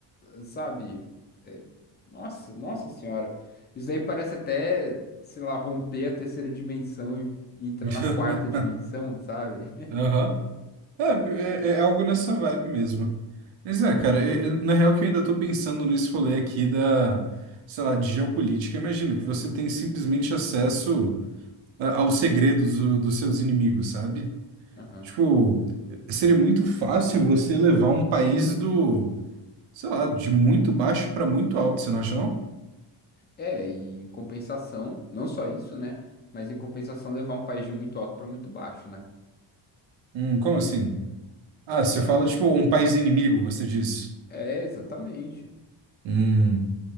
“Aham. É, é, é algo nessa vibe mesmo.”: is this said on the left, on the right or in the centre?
Right